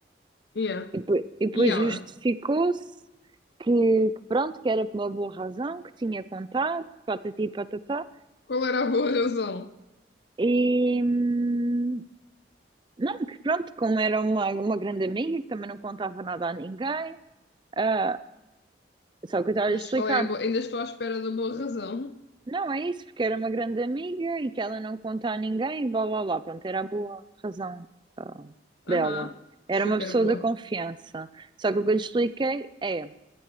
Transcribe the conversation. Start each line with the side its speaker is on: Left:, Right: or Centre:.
Left: Yeah.
Right: E, depois- e depois
Left: E ela?
Right: justificou-se que, que pronto, que era por uma boa razão, que tinha contado, patati e patatá.
Left: Qual era a boa razão?
Right: E, hum, Não, que pronto, como era uma, uma grande amiga, que também não contava nada a ninguém, ah, só que eu estava
Left: Mas
Right: a explicar,
Left: qual é a boa? Ainda estou à espera da boa razão.
Right: não é isso, porque era uma grande amiga e que ela não conta a ninguém, e blá blá blá, pronto, era a boa razão, ah,
Left: Aham.
Right: dela. Era
Left: Super
Right: uma pessoa
Left: boa.
Right: da confiança. Só que o que eu lhe expliquei é,